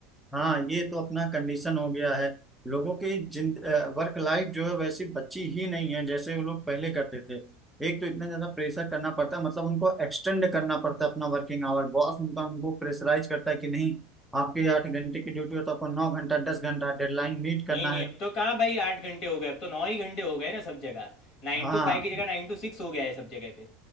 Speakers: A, in the centre; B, on the left (about 45°).
A: हाँ ये तो अपना कंडीशन हो गया है लोगों की जिन वर्क लाइफ जो है वैसी बची ही नहीं है जैसे वो लोग पहले करते थे एक तो इतना ज्यादा प्रेशर करना पड़ता है मतलब उनको एक्सटेंड करना पड़ता है अपना वर्किंग आवर बॉस उनका उनको प्रेशराइज करता है कि नहीं आपके आठ घंटे की ड्यूटी हो तो आपको नौ घंटा दस घंटा डेडलाइन मीट करना
B: नहीं नहीं
A: है
B: अब तो कहाँ भाई आठ घंटे हो गए अब तो नौ ही घंटे हो गए ना सब जगह नाइन
A: हाँ
B: टू फाइव की जगह नाइन टू सिक्स हो गया है सब जगह पे